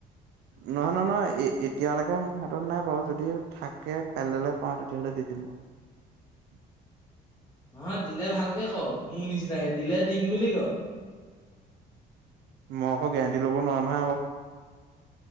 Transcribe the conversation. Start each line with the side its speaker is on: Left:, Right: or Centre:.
Right: নহয়, নহয়, নহয় এতিয়ালৈকে মোৰ হাতত নাই বাৰু যদি থাকে কাইলৈ পাওঁ তেতিয়াহ'লে দি দিম বাৰু।
Left: নহয় দিলে, ভালকে ক' মোৰ নিচিনাকে দিলে দিম বুলি ক'।
Right: মই আকৌ গেৰাণ্টি ল'ব নোৱাৰো নহয় আকৌ।